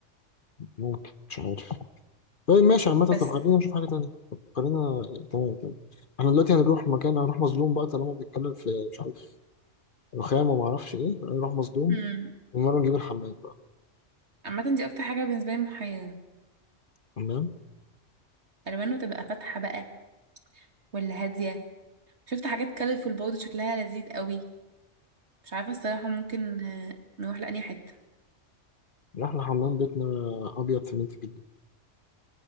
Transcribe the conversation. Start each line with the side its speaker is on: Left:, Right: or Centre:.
Left: ممكن مش عارف طيب ماشي عامة
Right: بس
Left: طب خلينا نشوف حاجة تانية طب خلينا تمام تمام احنا دلوقتي هنروح مكان هنروح مظلوم بقى طالما بنتكلم في مش عارف رخام وما اعرفش ايه هنروح مظلوم
Right: امم
Left: المرة نجيب الحمام بقى
Right: عامه دي اكتر حاجه بالنسبه لي محيره
Left: حمام
Right: الوانه تبقى فاتحه بقى ولا هاديه شفت حاجات كالرفول برضه شكلها لذيذ قوي مش عارفة الصراحة ممكن آه، نروح لأني حتة
Left: رحنا حمام بيتنا أبيض سمنت جدا